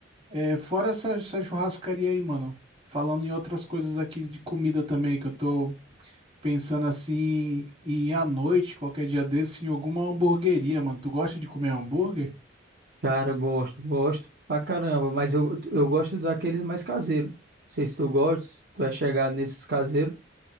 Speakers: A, on the right; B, on the right.
A: é, fora essa, essa churrascaria aí, mano. Falando em outras coisas aqui de comida também, que eu tô pensando assim em ir à noite, qualquer dia desse, em alguma hamburgueria, mano. Tu gosta de comer hambúrguer?
B: Cara, eu gosto, gosto pra caramba, mas eu, eu gosto daqueles mais caseiros. Não sei se tu gosta, se tu é chegado nesses caseiros.